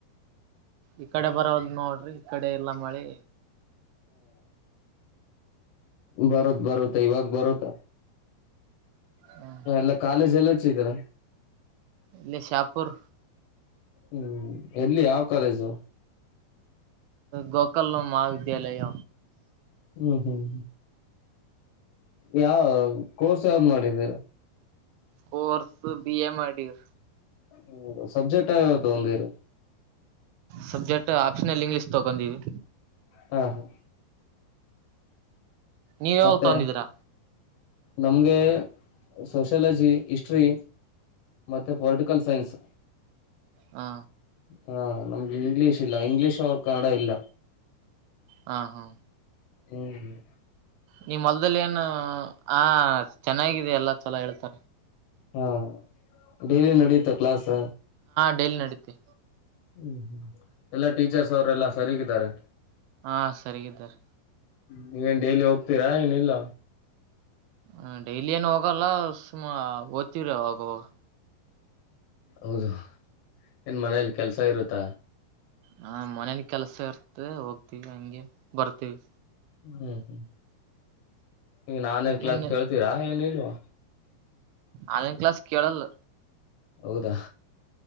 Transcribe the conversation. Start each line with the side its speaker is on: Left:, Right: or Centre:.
Right: ಈ ಕಡೆ ಬರವಲ್ ನೋಡ್ರಿ. ಈ ಕಡೆ ಇಲ್ಲ ಮಳಿ.
Left: ಬರುತ್ ಬರುತ್ತೆ ಇವಾಗ ಬರುತ್ತೆ.
Right: ಹ್ಮ್
Left: ಎಲ್ಲ ಕಾಲೇಜ್ ಎಲ್ಲಚ್ಚಿದಿರ.
Right: ಇಲ್ಲಿ ಶಾಪುರ್
Left: ಹ್ಮ್ ಎಲ್ಲಿ ಯಾವ್. ಕಾಲೇಜು.
Right: ಗೋಕಲ್ ಮಹಾವಿದ್ಯಾಲಯ.
Left: ಹ್ಮ್ ಹ್ಮ್ ಯಾವ ಕೋರ್ಸ್ ಯಾವ್ದ್ ಮಾಡಿದಿರ.
Right: ಕೊರ್ಸ್ ಬಿ ಎ ಮಾಡಿವಿ.
Left: ಹ್ಮ ಸಬ್ಜೆಕ್ಟ್ ಯಾವ್ಯವದ್ ತಗೊಂದಿರಿ.
Right: ಸಬ್ಜೆಕ್ಟ್ ಆಪ್ಷನಲ್ ಇಂಗ್ಲಿಷ್ ತಗೊಂಡಿವಿ
Left: ಹಾಹಾ.
Right: ನೀವ್ ಹೋಗಿ
Left: ಮತ್ತೆ
Right: ತಗೊಂಡಿದೀರಾ.
Left: ನಮ್ಗೆ ಸೋಶಾಲಜಿ ಇಸ್ಟ್ರಿ. ಮತ್ತೆ ಪೊಲಿಟಿಕಲ್ ಸೈನ್ಸ್.
Right: ಹಾ
Left: ಹಾ ನಮ್ಗೆ ಇಂಗ್ಲೀಷ್ ಇಲ್ಲ ಇಂಗ್ಲೀಷ್ ಅವರ್ ಕನ್ನಡ ಇಲ್ಲ.
Right: ಹಾ ಹಾ
Left: ಹ್ಮ್ ಹ್ಮ್
Right: ನೀ ಮಲ್ದಲ್ಲಿ ಏನು ಆ ಚೆನ್ನಾಗಿದೆ ಎಲ್ಲ ಚಲೋ ಹೇಳ್ ತ
Left: ಹ್ಮ್ ಡೇಲಿ ನಡೀಯುತ್ತ ಕ್ಲಾಸ್.
Right: ಡೇಲ್ ನಡೀತಿ.
Left: ಹ್ಮ್ ಹ್ಮ್ ಎಲ್ಲಾ ಟೀಚರ್ಸ್ ಅವ್ರ ಎಲ್ಲಾ ಸರಿಗಿದ್ದಾರೆ.
Right: ಹಾ ಸರಿಗಿದ್ದರ್
Left: ನೀವೇನ್ ಡೈಲಿ ಹೋಗ್ತೀರಾ ಏನಿಲ್ಲ.
Right: ಹ ಡೈಲಿ ಏನ್ ಹೋಗಲ್ಲ ಸುಮ ಓದ್ತಿವ್ರ ಅವಾಗ ಅವಾಗ.
Left: ಹೌದು ಏನ್ ಮನೇಲಿ ಕೆಲ್ಸ ಇರುತ್ತಾ.
Right: ಹಾ ಮನೇನ್ ಕೆಲ್ಸ ಇರ್ತ ಹೋಗ್ತಿವಿ ಹಂಗೆ ಬರ್ತೀವಿ.
Left: ಹ್ಮ್ ಹ್ಮ್ ಈಗ ಆನ್ಲೈನ್ ಕ್ಲಾಸ್
Right: ಏನ್
Left: ಕೇಳ್ತೀರಾ ಏನ್ ಇಲ್ವಾ.
Right: ಆನ್ಲೈನ್ ಕ್ಲಾಸ್ ಕೇಳಲ್ಲ.
Left: ಹೌದಾ